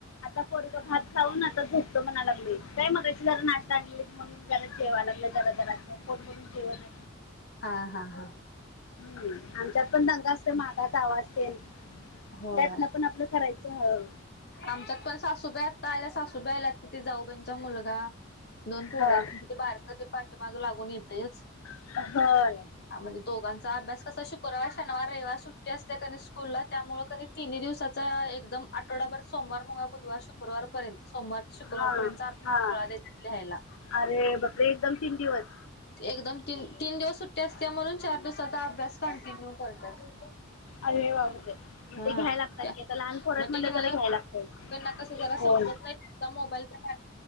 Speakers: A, on the left; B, on the left.
A: आता पोरग <unintelligible> खाऊन आता झोपतो म्हणाला लागलय काय मगाशी जरा नाश्ता आणली म्हणून जरा जेवा लागला जरा जरा. पोट भरून जेवण.
B: हा हा हा.
A: हं आमच्यात पण दंग असतो मागच आवाजतेन
B: होय
A: त्यातन पण आपलं करायचं हळुहळु
B: आमच्यात पण सासूबाई आत्ता आल्या सासूबाई आल्यात तीथे जाऊबाईंचा मुलगा. दोन पोर
A: ह
B: आहेत तर ते बारक पाठीमाग लागून येतंयच.
A: <unintelligible>
B: मध्ये दोघांचा अभ्यास कसा शुक्रवार, शनिवार, रविवार सुट्टी असते कनाय स्कूलला. त्यामुळे कणी तिन्ही दिवसाचा एकदम आठवडाभर सोमवार, मंगळवार, बुधवार, शुक्रवारपर्यंत, सोमवार शुक्रवार
A: हा
B: पर्यंत अभ्यास
A: हा
B: सगळा त्याच्यात लिहायला.
A: अरे बापरे एकदम तीन दिवस
B: एकदम त तीन दिवस सुट्टी असते म्हणून चार दिवसाचा अभ्यास कंटिन्यू करतात.
A: आरे बापरे मग
B: हां.
A: ते घ्यायला लागतात
B: त्या
A: कि आता लहान पोर आहेत
B: मग
A: म्हणलं
B: ते
A: तर घ्यायला
B: लागले
A: लागत
B: त्यांना कसं जरा
A: हो.
B: समजत नाही नुसता मोबाईलचा